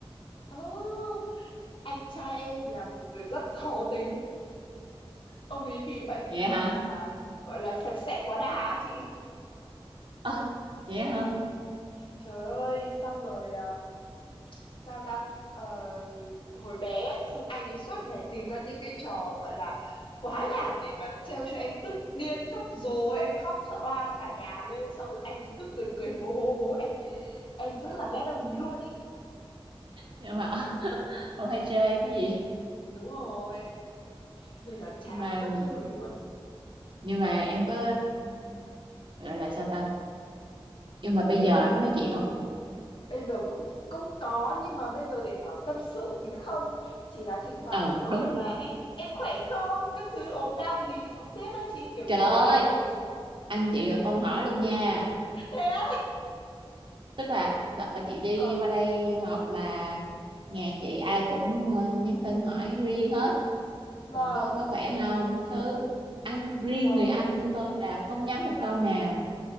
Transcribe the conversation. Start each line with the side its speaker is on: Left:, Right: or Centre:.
Left: ơ, anh trai em là một người rất khó tính. Ông ấy bị bệnh
Right: vậy
Left: gọi
Right: hả
Left: là gọi là sạch sẽ quá đà á chị.
Right: Ơ, vậy hả
Left: Trời ơi, xong rồi à, sao ta Ờ, hồi bé ấy, xong anh ấy suốt ngày tìm ra những cái trò gọi là quái đản để mà trêu cho em tức điên khóc rồi em khóc cho oan cả nhà lên xong rồi anh ấy cứ người cười hố hố hố em em rất là ghét đồng ý luôn ý
Right: nhưng mà <laughs> ờ, ông hay chơi em cái gì
Left: đúng rồi nên là chán
Right: nhưng mà
Left: quá trời luôn
Right: nhưng mà em có gọi là sao ta nhưng mà bây
Left: em
Right: giờ có nói chuyện không
Left: bây giờ cũng cũng có nhưng mà bây giờ để bảo tâm sự thì không chỉ là thỉnh thoảng
Right: ừ
Left: cũng hỏi
Right: đúng
Left: là em em khỏe không các thứ ốm đau gì thì cũng biết đó chị kiểu
Right: trời
Left: kiểu
Right: ơi anh chị là không hỏi luôn nha
Left: thế á
Right: tức là đợt mà chị đi
Left: ờ
Right: qua đây du học là nhà chị ai cũng ờ, nhắn tin hỏi riêng hết
Left: vâng
Right: là có có khỏe không cái thứ anh riêng
Left: vâng
Right: người anh của tôi là không nhắn một câu nào